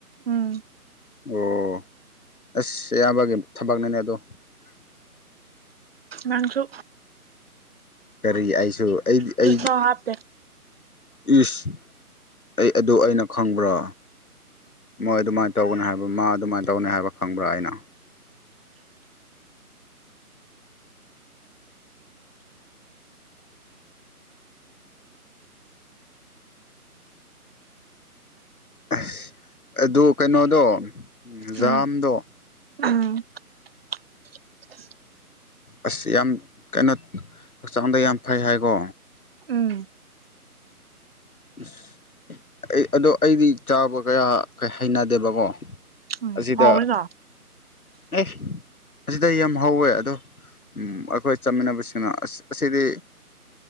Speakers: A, on the right; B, on the left.
A: ꯎꯝ
B: ꯑꯣ ꯑꯁ ꯑꯌꯥꯝꯕꯒꯤ ꯊꯕꯛꯅꯅꯦ ꯑꯗꯣ
A: ꯃꯥꯡꯁꯨ
B: ꯀꯔꯤ ꯑꯩꯁꯨ ꯑꯩꯗꯤ
A: ꯐꯨꯔꯤꯠꯐꯥꯎ
B: ꯑꯩꯗꯤ
A: ꯍꯥꯞꯇꯦ
B: ꯏꯁꯁ ꯑꯩ ꯑꯗꯨ ꯑꯩꯅ ꯈꯪꯕ꯭ꯔꯣ ꯃꯣꯏ ꯑꯗꯨꯃꯥꯏꯅ ꯇꯧꯒꯅꯤ ꯍꯥꯏꯕ ꯃꯥ ꯑꯗꯨꯃꯥꯏꯅ ꯇꯧꯅꯤ ꯍꯥꯏꯕ ꯈꯪꯕ꯭ꯔꯥ ꯑꯩꯅ ꯑꯁ ꯑꯗꯨ ꯀꯩꯅꯣꯗꯣ ꯖꯥꯝꯗꯣ
A: ꯎꯝ ꯎꯝ <unintelligible>
B: ꯑꯁ ꯌꯥꯝ ꯀꯩꯅꯣ ꯍꯛꯆꯥꯡꯗ ꯌꯥꯝ ꯐꯩ ꯍꯥꯏꯀꯣ
A: ꯎꯝ
B: ꯑꯁ ꯑꯩ ꯑꯗꯣ ꯑꯩꯗꯤ ꯆꯥꯕ ꯀꯌꯥ ꯍꯩꯅꯗꯦꯕꯀꯣ
A: ꯎꯝ
B: ꯑꯁꯤꯗ
A: ꯍꯥꯎꯋꯤꯅ
B: ꯑꯦ ꯑꯁꯤꯗ ꯌꯥꯝ ꯍꯧꯋꯦ ꯑꯗꯣ ꯑꯩꯈꯣꯏ ꯆꯠꯃꯤꯟꯅꯕꯁꯤꯡꯅ ꯑꯁꯤꯗꯤ